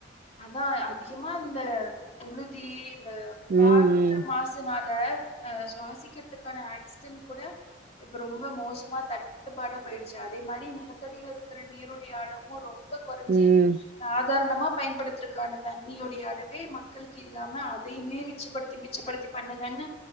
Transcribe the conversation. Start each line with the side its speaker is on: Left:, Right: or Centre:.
Left: அதா அதிகமா இந்த துழுதி இந்த காற்று
Right: ம் ம்
Left: மாசுனால அ சுவாசிக்கிறதுக்கான ஆக்சிஜன் கூட இப்ப ரொம்ப மோசமா தட் ட்டுப்பாடா போயிடுச்சு அதே மாரி நிலத்தடியில இருக்கிற நீருடைய அளவு ரொம்ப கொறஞ்சு
Right: ம்,
Left: சாதாரணமா பயன்படுத்துறதற்கான தண்ணியுடைய அளவே மக்களுக்கு இல்லாம அதையுமே மிச்சப்படுத்தி மிச்சப்படுத்தி பண்ணுங்கன்னு